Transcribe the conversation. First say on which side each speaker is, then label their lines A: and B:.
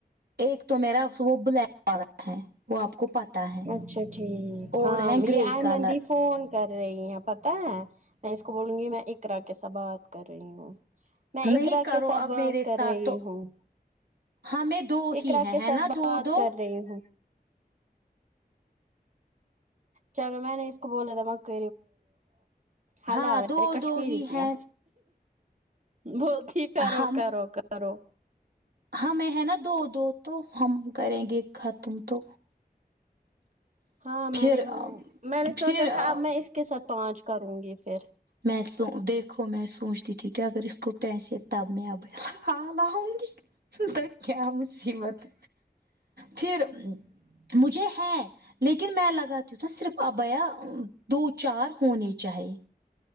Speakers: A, on the right; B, on the right.
A: ایک تو میرا وہ بلیک والا ہے وہ آپ کو پتا ہے
B: اچھا ٹھیک
A: اور
B: ہاں
A: ہے گرے
B: یہ آئے
A: کلر
B: مندی فون کر رہی ہیں پتا ہے میں اس کو بولوں گی میں اقرا کےسا تھ بات کر رہی ہوں میں اقرا
A: نہیں کرو
B: کے ساتھ
A: اب
B: بات
A: میرے
B: کر
A: ساتھ
B: رہی
A: تو
B: ہوں
A: ہمیں دو ہی
B: اقرا
A: ہے
B: کے
A: ہے
B: ساتھ
A: نا
B: بات
A: دو دو
B: کر رہی ہوں چلو میں نے اس کو بولا تھا مک ہال
A: ہاں
B: میں
A: دو
B: نے کشمیری
A: دو ہی
B: کیا
A: ہے
B: بولتی ہے کرو
A: ہم
B: کرو کرو
A: ہمیں ہے نا دو دو تو ہم کریں گے ختم تو
B: ہاں میں
A: پھر
B: نے میں نے
A: پھر
B: سوچا تھا اب میں اس کے ساتھ پانچ کروں گی پھر
A: میں سو دیکھو میں سوچتی تھی کہ اگر اس کو پیسے تب میں اب ہوں گی تک کیا مصیبت پھر مجھے ہے لیکن میں لگا تی ہوں صرف ابیا دو چار ہونے چاہیے